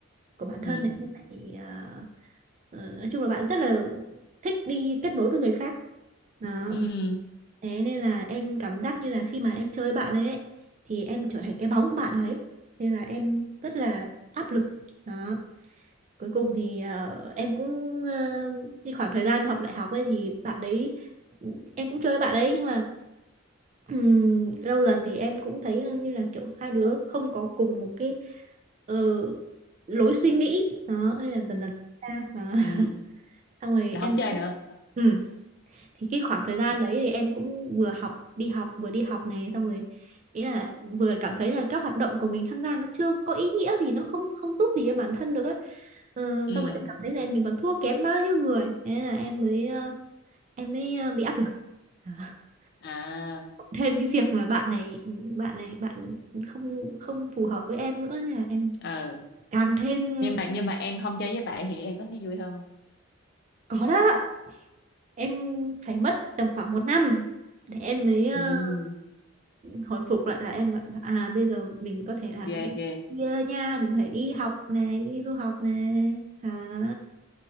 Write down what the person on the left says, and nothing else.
ừ
ừ ừ
ừ
là không
chơi
nữa
ừ
à
ừ
nhưng mà nhưng mà em không chơi với bạn thì em có thấy vui hơn không
ừ
ghê
ghê